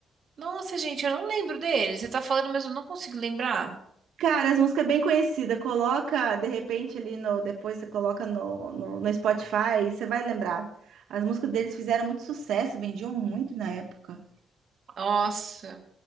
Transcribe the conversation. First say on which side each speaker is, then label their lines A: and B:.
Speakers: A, on the right; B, on the right.
A: Nossa, gente, eu não lembro deles. Você tá falando, mas eu não consigo lembrar.
B: Cara, as músicas é bem conhecidas, coloca de repente ali no. Depois você coloca no, no, no Spotify, você vai lembrar. As músicas deles fizeram muito sucesso, vendiam muito na época.
A: Nossa.